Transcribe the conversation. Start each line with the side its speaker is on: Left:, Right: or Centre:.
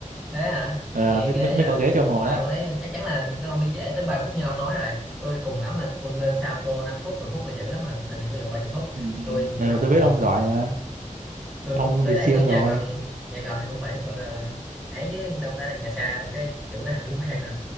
Centre: thế hả
Right: Ờ,
Centre: nghe
Right: mới,
Centre: ghê
Right: mới mới
Centre: vậy
Right: có ghế cho ông ngồi
Centre: mà
Right: đó
Centre: môn đấy chắc chắn là tôi không đi trễ tới 30 phút như ông nói rồi tôi cùng lắm là cô lên sau cô 5 phút 10 phút là dữ lắm mà làm gì có vụ 30 phút
Right: ừ, ừ,
Centre: tôi đi
Right: ừ,
Centre: học
Right: ừ, tôi
Centre: ừ,
Right: biết ông giỏi mà
Centre: tôi
Right: ông
Centre: tôi
Right: thì
Centre: đấy
Right: siêng
Centre: tôi nhà
Right: rồi
Centre: gần nhà gần thì cũng phải gọi là ấy chứ đâu phải là nhà xa xong cái chủ <laughs> chủ quan nữa